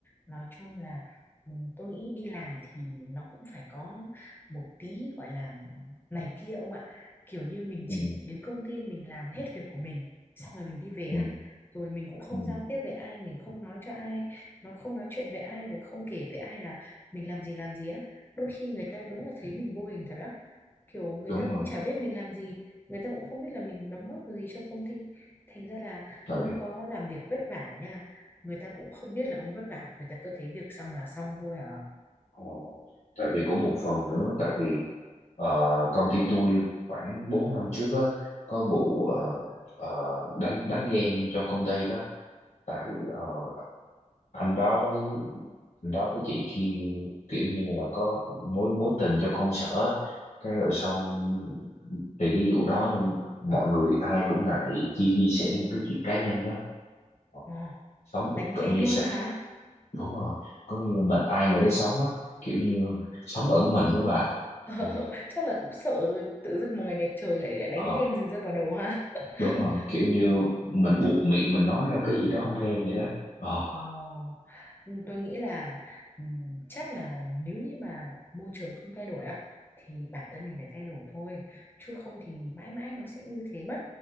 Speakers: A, on the left; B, on the left.
A: nói chung là ừ, tôi nghĩ đi làm thì nó cũng phải có một tí gọi là này kia ông ạ kiểu như mình chỉ
B: ừ,
A: đến công ty mình làm hết việc của mình xong rồi mình đi về
B: ừ,
A: á rồi mình cũng không
B: ừ,
A: giao tiếp với ai mình không nói cho ai nó không nói chuyện với ai rồi không kể với ai là mình làm gì làm gì á đôi khi người ta đúng là thấy mình vô hình thật á kiểu người
B: đúng
A: ta cũng
B: rồi
A: chả biết mình làm gì người ta cũng không biết là mình đóng góp được gì cho công ty thành ra là
B: tại
A: ông có làm việc vất vả nha người ta cũng không biết là ông vất vả người ta cứ thấy việc xong là xong thôi à
B: Ồ. Tại vì cũng một phần nữa tại vì ờ, công ty tôi khoảng 4 năm trước á có vụ ờ, ờ, đánh đánh ghen trong công ty đó tại ờ, anh đó với anh đó với chị kia kiểu như là có mối mối tình trong công sở á. cái rồi xong vì cái vụ đó nên mọi người ai cũng ngại chia chia sẻ những cái chuyện cá nhân đó Ờ,
A: Ồ,
B: sống ở
A: đánh
B: cỡ
A: ghen
B: như
A: luôn
B: sao
A: á hả <laughs>
B: đúng rồi có nghĩa là mình ai người đấy sống á kiểu như sống ở mình đó bà
A: Ờ,
B: ừ.
A: chắc là cũng sợ tự dưng một ngày đẹp trời lại lại đánh
B: ờ
A: ghen gì rơi vào đầu ha <laughs>
B: đúng rồi kiểu như mình buộc miệng mình nói ra cái gì đó không nên vậy đó ờ
A: Ồ, ừ, tôi nghĩ là ừm, chắc là nếu như mà môi trường không thay đổi á thì bản thân mình phải thay đổi thôi chứ không thì mãi mãi nó sẽ như thế mất